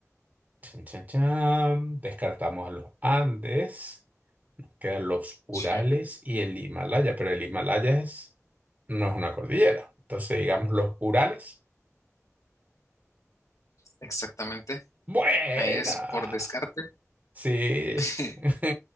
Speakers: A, on the right (about 30°); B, on the left (about 80°).
A: chan, chan, chan. Descartamos a los Andes. Quedan los Urales
B: Sí,
A: y el Himalaya, pero el Himalaya es, no es una cordillera. Entonces, digamos los Urales.
B: exactamente.
A: Buena.
B: Ahí es por descarte.
A: Sí.
B: <laughs>
A: <laughs>